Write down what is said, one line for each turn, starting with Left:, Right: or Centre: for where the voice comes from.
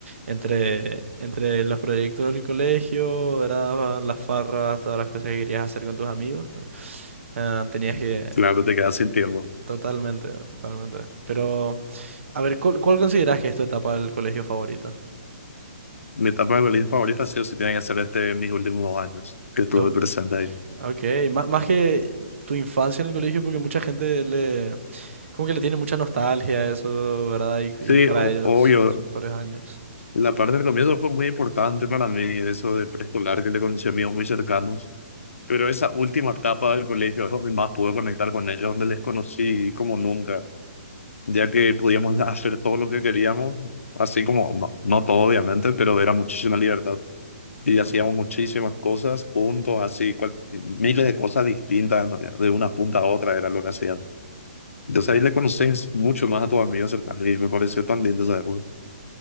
Right: entre, entre los proyectos del colegio, ¿verdad? las farras, todas las cosas que querías hacer con tus amigos, eh, tenías que...
Left: claro, te quedas sin tiempo.
Right: Totalmente, totalmente. Pero, a ver, ¿cuál, cuál consideras que es tu etapa del colegio favorita?
Left: Mi etapa de colegio favorita ha sido si tienen que ser este mis últimos dos años, que estuve
Right: Lo-
Left: presente ahí.
Right: Ok, má- más que tu infancia en el colegio, porque mucha gente le, como que le tiene mucha nostalgia a eso, ¿verdad? Y, y
Left: Sí,
Right: para
Left: o-
Right: ellos
Left: obvio.
Right: son los mejores años.
Left: La parte del comienzo fue muy importante para mí, eso de preescolar, que le conocí a amigos muy cercanos. Pero esa última etapa del colegio es donde más pude conectar con ellos, donde les conocí como nunca, ya que podíamos hacer todo lo que queríamos, así como, no, no todo obviamente, pero era muchísima libertad. Y
Right: Claro,
Left: hacíamos muchísimas cosas juntos, así, cual- miles de cosas distintas, ¿no? de una punta a otra era lo que hacían. Entonces
Right: claro.
Left: ahí le conoces mucho más a tus amigos cercanos y me pareció tan lindo esa época.